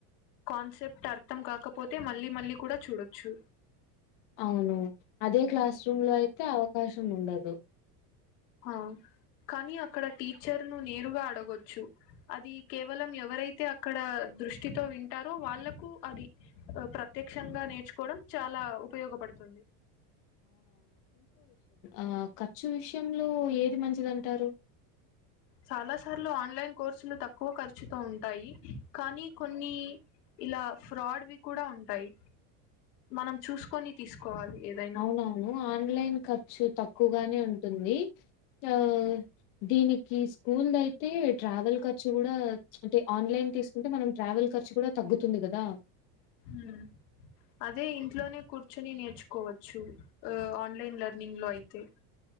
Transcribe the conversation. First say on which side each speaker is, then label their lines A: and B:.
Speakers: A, on the left; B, on the left.
A: కాన్సెప్ట్ అర్థం కాకపోతే మళ్ళీ మళ్ళీ కూడా చూడొచ్చు
B: అవును అదే క్లాస్ రూమ్ లో అయితే అవకాశం ఉండదు
A: ఆ కానీ అక్కడ టీచర్ ను నేరుగా అడగొచ్చు అది కేవలం ఎవరైతే అక్కడ దృష్ టితో వింటారో వాళ్ళలకు అది ప్రత్యక్షంగా నేర్చు కోవడం చాలా ఉపయోగపడుతుంది
B: ఆ ఖర్చు విషయంలో ఏది మంచిది అంటారు
A: చాలా సార్లు ఆన్లైన్ కోర్సులు తక్కువ ఖర్చుతో ఉంటాయి. కానీ కొన్ని ఇలా ఫ్రాడ్వి కూడా ఉంటాయి. మనం చూసుకొని తీసుకోవాలి. ఏదైనా
B: అవునవును ఆన్లైన్ ఖర్చుఊ తక్కువగానే ఉంటుంది ఆహ్. దీనికి స్కూల్ అయితే ట్రావెల్ ఖర్చు కూడా అంటే ఆన్లైన్ తీసుకుంటే మనం ట్రావెల్ ఖర్చు కూడా తగ్గుతుంది కదా
A: హమ్ అదే ఇంట్లోనే కూర్చొని నేర్చుకోవచ్చు ఉ ఆన్లైన్ లెర్నింగ్ లో అయితే